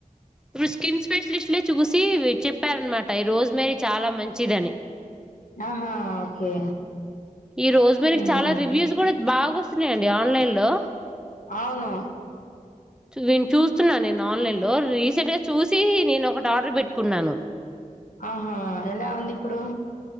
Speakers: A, in the centre; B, on the left.
A: ఇప్పుడు స్కిన్ స్పెషలిస్ట్లే చూసి చెప్పారనమాట ఈ రోజు మేరీ చాలా మంచిదని
B: ఆహా ఓకే
A: ఈ రోజ్మేరీ
B: ఉహు.
A: చాలా రివ్యూస్ కూడా బాగా వస్తు వన్నాయండి ఆన్లైన్ లో
B: అవును
A: చువి చూస్తున్నా నేను ఆన్లైన్ లో రీ గా చూసి నేను ఒ ఆర్డర్ పెట్టుకున్నాను
B: ఆహా ఎలా ఉంది ఇప్పుడు